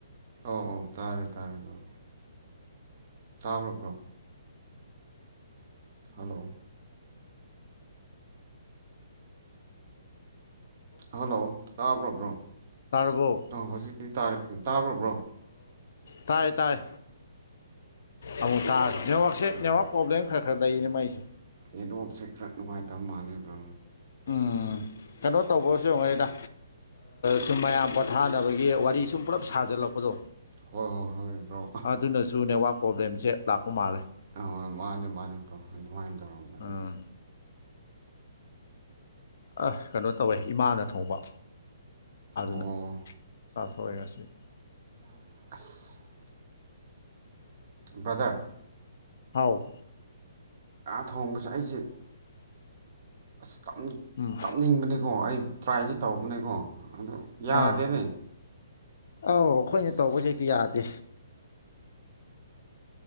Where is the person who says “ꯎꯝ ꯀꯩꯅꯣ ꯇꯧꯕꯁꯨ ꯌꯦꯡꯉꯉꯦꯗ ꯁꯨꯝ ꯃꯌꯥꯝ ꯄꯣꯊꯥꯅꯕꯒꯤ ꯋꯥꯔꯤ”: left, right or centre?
Left